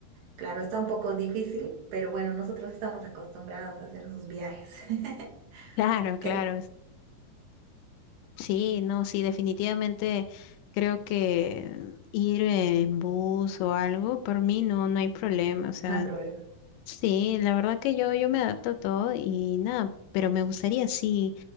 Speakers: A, on the right; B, on the left.
A: Claro, está un poco difícil, pero bueno, nosotros estamos acostumbrados a hacer sus viajes. <laughs>
B: <laughs> Claro,
A: Que
B: claro. es- Sí, no, sí, definitivamente creo que ir en bus o algo, por mí no, no hay problema. O sea,
A: no hay problema.
B: sí, la verdad que yo, yo me adapto a todo y nada, pero me gustaría, sí.